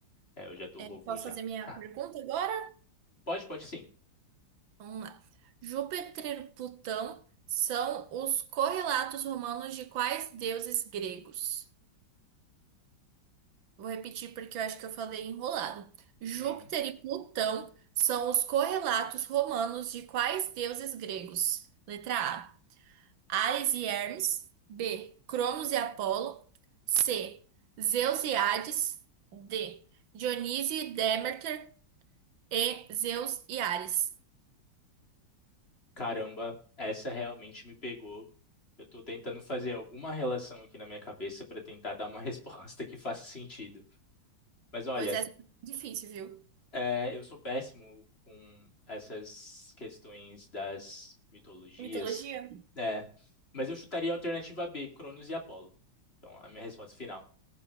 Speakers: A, on the left; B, on the right.
A: É, eu já tô
B: É,
A: vovô
B: posso
A: já.
B: fazer minha
A: Ah,
B: pergunta agora?
A: Pode, pode sim.
B: Vamos lá. Júpiter e Plutão são os correlatos romanos de quais deuses gregos? Vou repetir porque eu acho que eu falei enrolado. Júpiter
A: Uhum.
B: e Plutão são os correlatos romanos de quais deuses gregos? Letra A. Ares e Hermes. B. Cronos e Apolo. C. Zeus e Hades. D. Dionísio e Deméter. E. Zeus e Ares.
A: Caramba, essa realmente me pegou. Eu tô tentando fazer alguma relação aqui na minha cabeça para tentar dar uma <laughs> resposta que faça sentido. Mas olha,
B: Pois é, difícil, viu?
A: é, eu sou péssimo com essas questões das mitologias,
B: Mitologia?
A: né? Mas eu chutaria a alternativa B, Cronos e Apolo. Então, a minha resposta final.